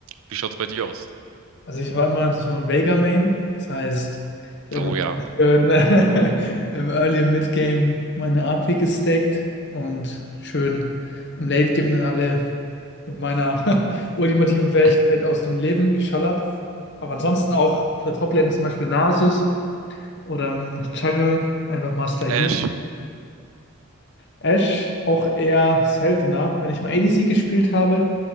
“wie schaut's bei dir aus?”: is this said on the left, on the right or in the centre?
Right